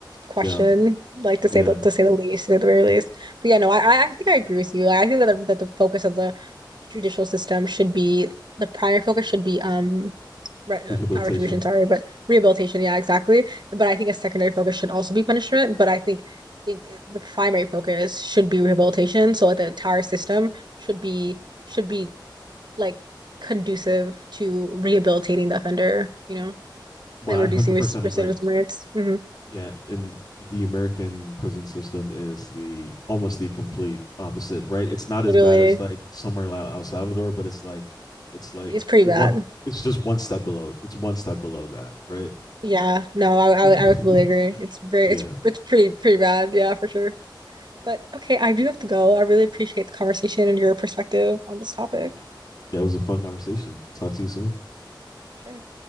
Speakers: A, on the right (about 65°); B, on the left (about 55°).
A: question,
B: yeah
A: like to
B: yeah
A: say the to say the least, at the very least. But yeah, no, I I I think I agree with you. Like, I think that the, that the focus of the judicial system should be the primary focus should be um re-
B: rehabilitation
A: not retribution, sorry, but rehabilitation. Yeah, exactly. But I think a secondary focus should also be punishment. But I think, think the primary focus should be rehabilitation. So like the entire system should be should be like conducive to rehabilitating the offender, you know,
B: well
A: and
B: i
A: reducing
B: 100%
A: rec- recidivism
B: agree
A: rates. hmm
B: Yeah, and the American prison system is the almost the complete opposite, right? It's not
A: Literally,
B: as bad as like somewhere like El Salvador, but it's like it's like
A: it's pretty
B: one
A: bad.
B: it's just one step below. It's one step below that, right?
A: Yeah, no, I, I
B: <laughs>
A: would- I would completely agree. It's very
B: yeah.
A: it's it's pretty pretty bad. Yeah, for sure. But okay, I do have to go. I really appreciate the conversation and your perspective on this topic.
B: Yeah, it was a fun conversation. Talk to you soon.
A: For sure.